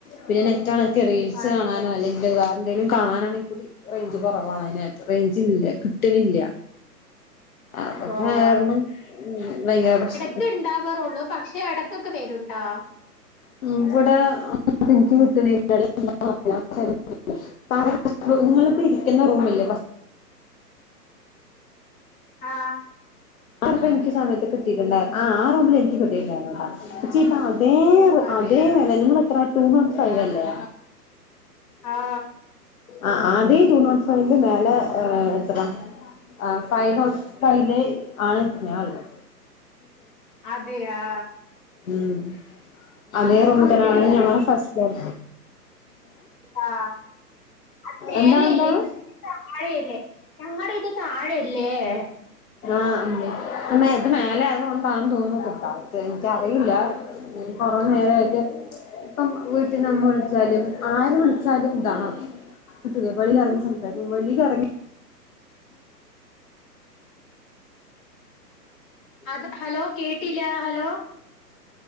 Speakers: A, on the left; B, on the left.
A: പിന്നെ നെറ്റണക്ക റീൽസ്
B: അതെ
A: കാണാനോ അലെങ്കിൽ വേറെന്തെലും കാണാനാണ ടി റേഞ്ച് കുറവാണ്. അതിനകത്ത് റേഞ്ചില്ല കിട്ടണില്ല. അപ്പൊ
B: ഓഹ്
A: കാരണം ഭയങ്കര പ്രശ്നം
B: ഒക്കെ ഉണ്ടാവാറുള്ളൂ. പക്ഷെ ഇടയ്ക്കൊക്കെ വരുട്ടാ.
A: <unintelligible> ഇവടെ ഇൻക് കിടണ്ല്ലാ <unintelligible> നിങ്ങളിപ്പോ ഇരിക്കുന്ന റൂമല്ലേ? ഫസ്
B: ആ
A: ആപ്പ എനിക്ക് സമയത്ത് കിട്ടിട്ടുണ്ടായി. ആ ആ റൂമിൽ എനിക്ക് കിട്ടിട്ടുണ്ടായിരുന്നട്ടാ. പക്ഷേ ഇപ്പ അതേ
B: അതെയാ
A: അതേ നില നിങ്ങളെത്ര റ്റു നോട്ട് ഫൈവ് അല്ലെ
B: ആ
A: ആ ആദ്യ ടു നോട്ട് ഫൈവിൻ്റെ മേലെ എത്ര ആ ഫൈവ് നോട്ട് ഫൈവ് ഇൽ ആണ് ഞാള്ളത്.
B: അതെയാ!
A: ഉം അതേ റൂമതന്ന
B: അത് ചെലപ്പം
A: ഞങ്ങടെ ഫസ്റ്റ് ഫ്ലോർ.
B: ആ അത് മേലല്ലേ.
A: എന്താണ് എന്താണ്
B: ഇത് താഴയല്ലേ? ഞങ്ങളുടെ ഇത് താഴയല്ലേ? ലേ
A: ആ മ് മ്മ ത് മേലെ ആയതുകൊണ്ടാെന്ന് തോന്നുന്നു കിട്ടാ ത്ത് എനിക്കറിയില്ല. അപ്പൊ നേരായിട്ട് ഇപ്പം വീട്ടിന്ന് അമ്മവിളിച്ചാലും ആര് വിളിച്ചാലും ഇതാണ് അവസത <unintelligible> വെളിറങ്ങി സംസാരിക്ക വെളിലറങ്ങി.
B: അത് ഹലോ കേട്ടില്ല ഹലോ.